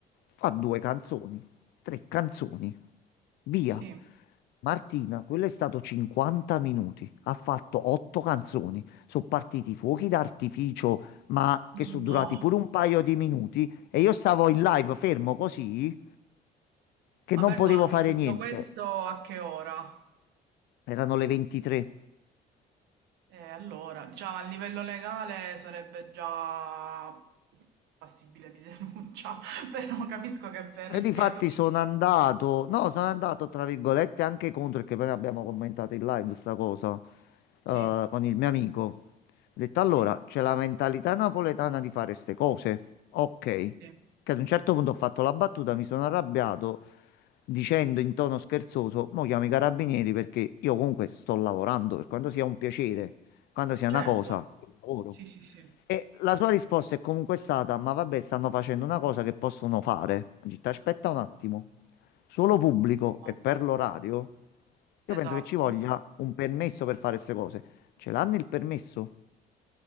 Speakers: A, on the left; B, on the right.
A: fa due canzoni, tre canzoni, via.
B: Sì, no,
A: Martina, quello è stato 50 minuti, ha fatto otto canzoni, sono partiti fuochi d'artificio, ma
B: no.
A: che sono durati pure un paio di minuti e io stavo in live fermo così che
B: Ma
A: non
B: perdonami,
A: potevo fare
B: tutto
A: niente.
B: questo a che ora?
A: Erano le 23.
B: Eh, allora, già a livello legale sarebbe già passibile di denuncia, <laughs> però capisco che per
A: E difatti
B: qui è Torino.
A: sono andato, no, sono andato tra virgolette anche contro, perché poi abbiamo commentato in live sta cosa
B: Sì,
A: eh, con il mio amico. Ho detto allora,
B: sì,
A: c'è la mentalità napoletana di fare ste cose. Ok,
B: sì.
A: che ad un certo punto ho fatto la battuta, mi sono arrabbiato dicendo in tono scherzoso, mo chiamo i carabinieri perché io comunque sto lavorando, per quanto sia un piacere, quando sia
B: Certo.
A: una cosa, è un lavoro.
B: Sì, sì, sì.
A: E la sua risposta è comunque stata: Ma vabbè, stanno facendo una cosa che possono fare. Ho detto, aspetta un attimo. Solo pubblico e
B: No,
A: per l'orario? Io
B: esatto.
A: penso che ci voglia un permesso per fare queste cose. Ce l'hanno il permesso?